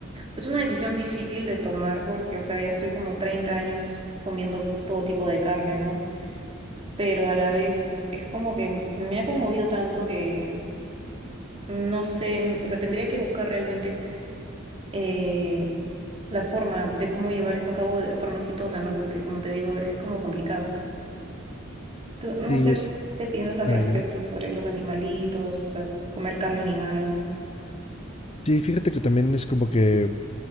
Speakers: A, on the right (about 30°); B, on the left (about 30°).
A: es una decisión difícil de tomar porque, o sea, ya estoy como 30 años comiendo todo tipo de carne, ¿no? Pero a la vez es como que m- me ha conmovido tanto que no sé, n- o sea, tendría que buscar realmente eh, la forma de cómo llevar esto a cabo de forma exitosa, ¿no? Porque, como te digo, es como complicado. Tú, no
B: Sí,
A: sé
B: es,
A: s- ¿tú qué piensas al
B: ah,
A: respecto
B: dime.
A: sobre los animalitos, o sea, comer carne animal.
B: Sí, fíjate que también es como que